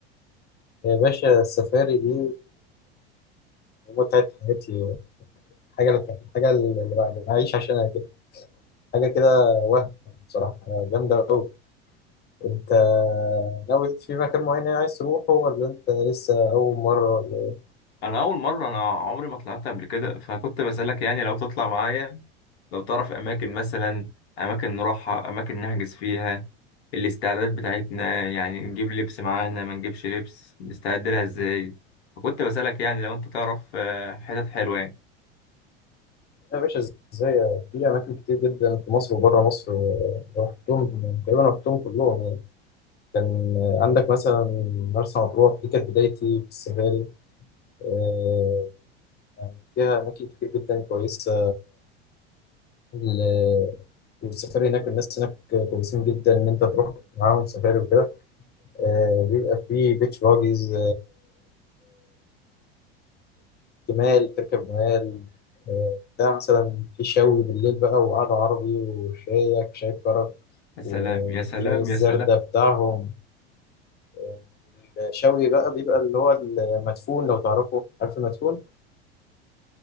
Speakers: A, on the left; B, on the left.
A: يا باشا السفاري دي متعة حياتي حاجة الحاجة اللي بع- بعيش عشانها كده حاجة كده وهم بصراحة جامدة أوي أنت ناوي في مكان معين يعني عايز تروحه ولا أنت لسه أول مرة ولا إيه؟
B: انا اول مره انا عمري ما طلعت قبل كده فكنت بسالك يعني لو تطلع معايا لو تعرف اماكن مثلا اماكن نروحها اماكن نحجز فيها الاستعداد بتاعتنا يعني نجيب لبس معانا ما نجيبش لبس نستعد لها ازاي فكنت بسالك يعني لو انت تعرف آه، حتت حلوه يعني
A: يا باشا إزاي في أماكن كتير جدا في مصر وبره مصر رحتهم تقريبا رحتهم كلهم يعني كان عندك مثلا مرسى مطروح دي كانت بدايتي في السفاري آه، يعني فيها أماكن كتير جدا كويسة ال- والسفاري هناك الناس هناك كويسين جدا ان انت تروح معاهم سفاري وكده آه، بيبقى فيه بيتش باجيز جمال تركب جمال آه، بتاع مثلا في شوي بالليل بقى وقعدة عربي وشايك شاي كرك
B: يا سلام
A: و-
B: يا سلام
A: والشاي الزردة
B: يا سلام
A: بتاعهم آه، الشوي بقى بيبقى اللي هو المدفون لو تعرفه عارف المدفون